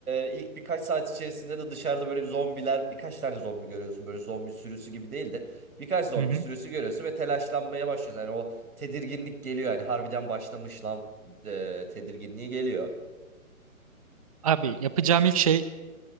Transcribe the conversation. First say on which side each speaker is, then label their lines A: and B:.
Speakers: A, on the right; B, on the right.
A: e, ilk birkaç saat içerisinde de dışarıda böyle zombiler birkaç tane zombi görüyorsun. Böyle zombi sürüsü gibi değil de birkaç zombi
B: Hı hı.
A: sürüsü görüyorsun ve telaşlanmaya başlıyorsun. Yani o tedirginlik geliyor yani harbiden başlamış lan e, tedirginliği geliyor.
B: Abi yapacağım ilk şey